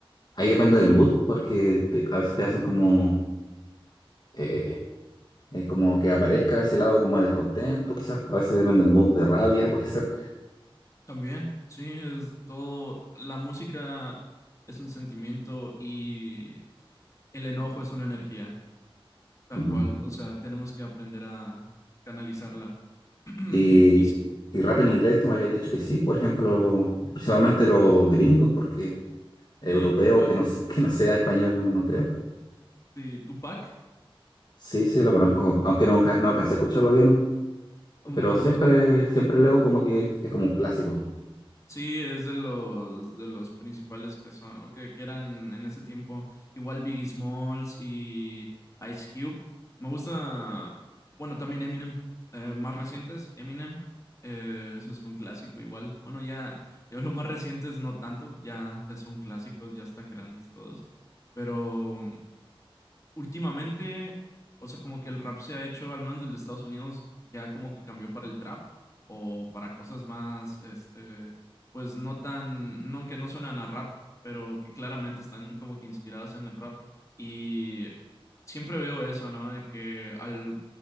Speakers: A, on the left (about 50°); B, on the left (about 35°).
A: ahí depende del mood, porque te- a veces te hacen como eh, eh, como que aparezca ese lado como de descontento, quizás. A veces depende del mood de rabia, puede ser.
B: También, sí, es todo, la música es un sentimiento y el enojo es una energía. Tal
A: Ujú.
B: cual, o sea, tenemos que aprender a canalizarla. <clears throat>
A: Y,
B: Y s-
A: y rap en inglés, tú me habías dicho que sí, por ejemplo, principalmente los gringos, porque europeo
B: sí, Tupac,
A: que no, se- <laughs> que no sea español, no creo.
B: sí, Tupac,
A: Sí, sí, lo conozco, aunque no, ja- no alcancé a escucharlo bien,
B: um,
A: pero
B: bueno,
A: siempre,
B: tu,
A: siempre leo como que es, es como un clásico,
B: sí, es de los de los principales que son, o que, que eran en ese tiempo, igual Biggie Smalls y Ice Cube. Me gusta, bueno, también Eminem, eh, más recientes, Eminem, eh, eso es un clásico igual. Bueno, ya, ya los más recientes no tanto, ya, ya son clásicos, ya están grandes todos, pero. um, últimamente, o sea, como que el rap se ha hecho, al menos del de Estados Unidos, ya como que cambió para el trap o para cosas más, este, pues no tan, no que no suenan a rap, pero que claramente están como que inspiradas en el rap. Y siempre veo eso, ¿no? De que al,